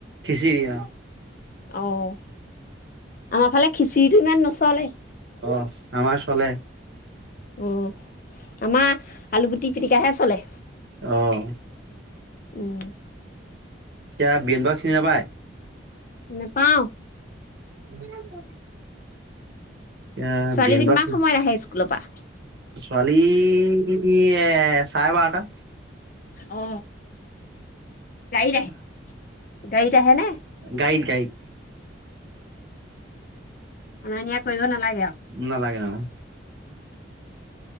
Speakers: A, on the right; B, on the left.
A: খিচি দা <unintelligible>
B: অ- আমাৰ ফালে খিচিৰিটো ইমান নচলে
A: অ- আমাৰ চলে।
B: উম আমাৰ আলুগুটি পিটিকাহে চলে।
A: অ-
B: উম <inaudible>
A: এতিয়া বিল ব <unintelligible> চিনি নাপায়।
B: নেপাওঁ।
A: উ <unintelligible> এ-বিৰেনদা
B: ছোৱালীজনী কিমান
A: ৰ।
B: সময়ত আহে স্কুলৰ পৰা
A: ছোৱালী এ--চাৰে বাৰটা।
B: অ- গাড়ীত আহে। গাড়ীত- আহে নে
A: গাড়ীত-গাড়ীত।
B: অনা- নিয়া কৰিব নালাগে। আৰু
A: নালাগে-নালাগে।